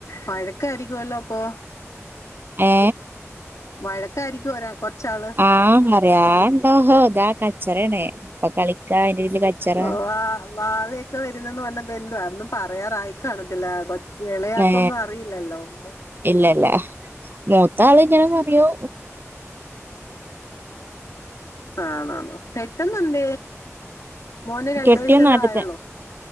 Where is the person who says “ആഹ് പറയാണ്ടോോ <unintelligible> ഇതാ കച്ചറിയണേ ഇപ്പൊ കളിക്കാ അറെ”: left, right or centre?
Right